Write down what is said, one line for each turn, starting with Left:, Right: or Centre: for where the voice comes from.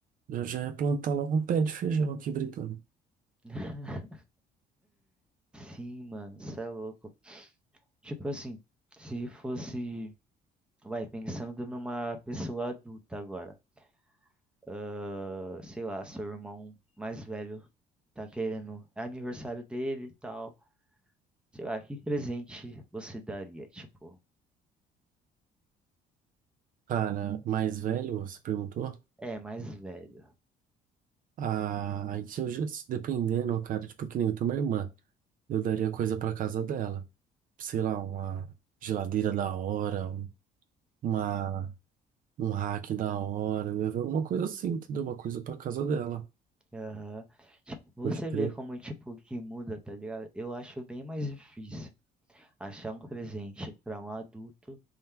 Right: eu já ia plantar logo um pé de feijão aqui brincando.
Centre: <laughs> Sim, mano, cê é louco. Tipo assim, se fosse, vai, pensando numa pessoa adulta agora, ah, sei lá, seu irmão mais velho tá querendo, é aniversário dele e tal, sei lá, que presente você daria? Tipo,
Right: Cara, mais velho, você perguntou?
Centre: é, mais velho.
Right: Ah, aí se eu, já- se dependendo, cara, tipo que nem eu tenho uma irmã, eu daria coisa pra casa dela. Sei lá, uma geladeira da hora, um- uma Um hack da hora, né? Uma coisa assim, entendeu? Uma coisa pra casa dela.
Centre: Aham. Tipo, você
Right: Pode crer.
Centre: vê como, tipo, que muda, tá ligado? Eu acho bem mais difícil achar um presente pra um adulto